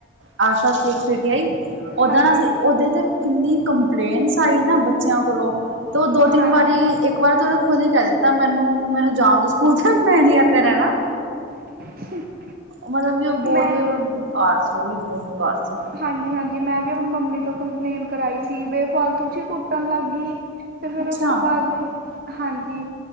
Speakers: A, on the right (about 75°); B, on the right (about 50°).
A: ਆਸਾ਼ ਇੱਕ ਪਟੀਆਈ ਓਦਾਂ
B: ਹਾਂਜੀ।
A: ਨਾ ਸੀ ਉਹਦੇ ਤੇ ਕਿੰਨੀ ਕੰਪਲੇਂਟਸ ਆਈ ਨਾ ਬੱਚਿਆਂ ਕੋਲੋਂ ਤੇ ਦੋ ਤਿੰਨ
B: ਹਾਂਜੀ,
A: ਵਾਰੀ ਇੱਕ ਇੱਕ ਵਾਰ ਤੇ ਉਹਨੇ ਖੁਦ ਹੀ ਕਹਿ ਦਿੱਤਾ ਮੈਨੂੰ ਮੈਨੂੰ ਜਾਣ ਦ ਸਕੂਲ ਮੈਂ ਨੀ ਏਥੇ ਰਹਿਣਾ
B: <unintelligible>
A: ਮਤਲਬ ਕਿ ਉਹ ਬਹੁਤ
B: ਮੈਂ
A: ਬੇਕਾਰ ਸੀ ਉਹ ਵੀ ਬਹੁਤ ਬੇਕਾਰ ਸੀ
B: ਹਾਂਜੀ ਹਾਂਜੀ ਮੈਂ ਵੀ ਆਪਣੀ ਮੰਮੀ ਤੋਂ ਕੰਪਲੇਂਟ ਕਰਾਈ ਸੀ ਬੇਫਾਲਤੂ ਚ ਹੀ ਕੁੱਟਣ ਲੱਗ ਗਈ ਤੇ ਫਿਰ
A: ਅੱਛਾ
B: ਉਸ ਤੋਂ ਬਾਅਦ ਹਾਂਜੀ